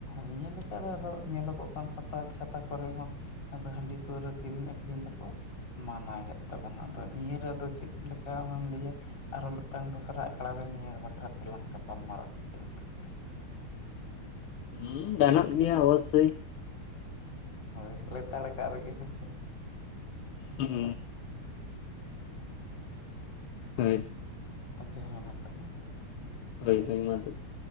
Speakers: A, on the left; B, on the left.
A: ᱱᱤᱭᱟᱹ ᱞᱮᱠᱟ ᱨᱮ ᱟᱫᱚ ᱧᱮᱞᱚᱜᱚᱜ ᱠᱟᱱᱟ ᱯᱟᱛᱟ ᱪᱷᱟᱛᱟ ᱠᱚᱨᱮ ᱦᱚᱸ ᱟᱫᱚ ᱦᱟᱺᱰᱤ ᱯᱟᱹᱣᱨᱟᱹ ᱠᱤᱨᱤᱧ ᱟᱠᱷᱨᱤᱧ ᱫᱚᱠᱚ ᱢᱟᱱᱟᱣᱭᱮᱫ ᱛᱟᱵᱚᱱᱟ ᱟᱫᱚ ᱱᱤᱭᱟᱹ ᱨᱮ ᱟᱫᱚ ᱪᱮᱫ ᱞᱮᱠᱟ ᱟᱢᱮᱢ ᱞᱟᱹᱭᱟ? ᱟᱨᱚ ᱢᱤᱫᱴᱟᱝ ᱫᱚᱥᱨᱟ ᱟᱠᱷᱲᱟ ᱨᱮ ᱱᱤᱭᱟᱹ ᱵᱟᱠᱷᱨᱟ ᱛᱮᱞᱟᱝ ᱜᱟᱯᱟᱞ ᱢᱟᱨᱟᱜᱼᱟ ᱥᱮ ᱪᱮᱫ ᱮᱢ ᱞᱟᱹᱭ ᱪᱚᱭᱟ?
B: ᱦᱮᱸ ᱜᱟᱱᱚᱜ ᱜᱮᱭᱟ ᱚᱵᱚᱥᱥᱳᱭ ᱾
A: ᱦᱳᱭ ᱞᱮᱛᱟᱲᱠᱟᱜ ᱨᱮᱜᱮ ᱦᱮᱸᱥᱮ?
B: ᱦᱩᱸ ᱦᱳᱭ
A: ᱟᱪᱪᱷᱟ ᱦᱮᱸ ᱢᱟ ᱛᱟᱞᱦᱮ ᱾
B: ᱦᱳᱭ ᱦᱳᱭ ᱢᱟ ᱛᱚᱵᱮ ᱾